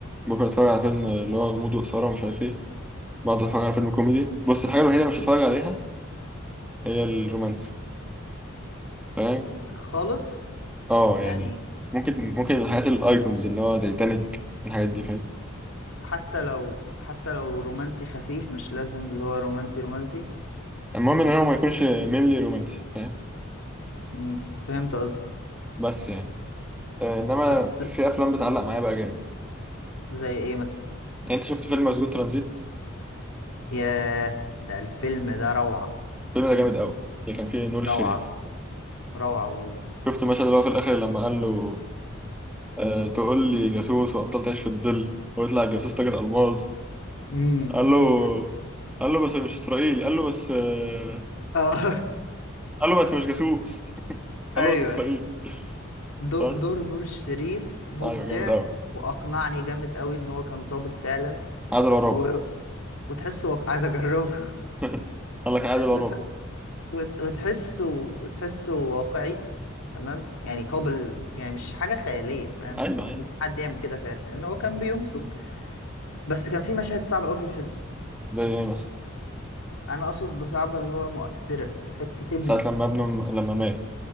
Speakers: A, in the centre; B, on the left (about 80°).
A: ممكن أتفرج على فيلم اللي هو غموض وإثارة ومش عارف إيه بقعد أتفرج على فيلم كوميدي بص الحاجة الوحيدة اللي مش هتفرج عليها هي الرومانسي فاهم
B: خالص
A: أه يعني
B: يعني
A: ممكن ممكن الحاجات الأيكونز اللي هو تايتانيك الحاجات دي فاهم
B: حتى لو حتى لو رومانسي خفيف مش لازم اللي هو رومانسي رومانسي
A: المهم إن هو ما يكونش مينلي رومانسي فاهم
B: امم فهمت قصدك
A: بس يعني أه إنما
B: بس
A: في أفلام بتعلق معايا بقى جامد
B: زي ايه مثلا
A: يعني أنت شفت فيلم مسجون ترانزيت
B: ياه ده الفيلم ده روعة
A: الفيلم ده جامد قوي اللي كان فيه نور الشريف
B: روعة روعة والله
A: شفت المشهد اللي هو في الاخر لما قال له آه تقول لي جاسوس وبطلت تعيش في الظل ويطلع الجاسوس تاجر الماظ
B: امم
A: قال
B: <laughs>
A: له قال له بس مش اسرائيلي قال له بس آه
B: اه
A: قال له بس مش جاسوس <laughs> قال
B: <laughs> ايوه
A: له بس اسرائيلي
B: دو-
A: بس
B: دور نور الشريف مبدع
A: ايوه جامد قوي
B: واقنعني جامد قوي ان هو كان ظابط فعلا
A: عادل عرابي
B: و... وتحسه واق- عايز اجربه
A: <laughs> قال لك
B: <laughs>
A: عادل عرابي
B: وت... وت... وتحسه وتحسه واقعي تمام يعني قابل يعني مش حاجه خياليه فاهم
A: ايوه ايوه
B: ممكن حد يعمل كده فعلا لان هو كان بينصب بس كان في مشاهد صعبه قوي في الفيلم
A: زي ايه مثلا
B: انا اقصد بصعبه اللي هو مؤثره حته ابنه
A: ساعة لما ابنه لما مات